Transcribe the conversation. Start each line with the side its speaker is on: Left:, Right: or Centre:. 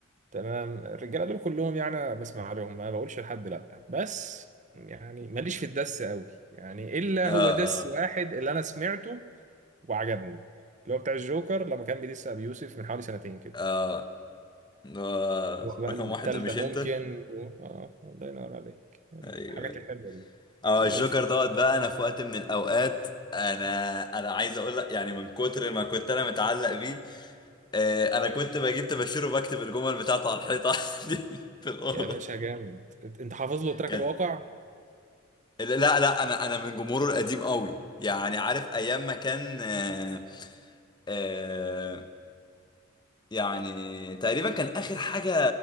Right: تمام الرجاله دول كلهم يعني أنا بسمع عليهم ما بقولش لحد لا بس يعني ماليش في الدس قوي يعني الا
Left: آه آه
Right: هو دس واحد اللي انا سمعته وعجبني اللي هو بتاع الجوكر لما كان بيدس ابي يوسف من حوالي سنتين كده
Left: آه آه،
Right: هو بقى
Left: رقم
Right: التالتة
Left: واحد ده مش
Right: ممكن
Left: انت
Right: و... اه الله ينور عليك الحاجات
Left: ايوه ايوه
Right: الحلوة دي
Left: اه
Right: ولسه
Left: الجوكر دوت بقى انا في وقت من الاوقات انا انا عايز اقول لك يعني من كتر ما كنت انا متعلق بيه آه، انا كنت بجيب طباشير وبكتب الجمل بتاعته على الحيطه <laughs> عندي في الاوضه
Right: يا باشا جامد انت أنت حافظ له تراك
Left: كان
Right: الواقع
Left: لا لا انا انا من جمهوره القديم قوي يعني عارف ايام ما كان آه، آه، يعني تقريبا كان اخر حاجه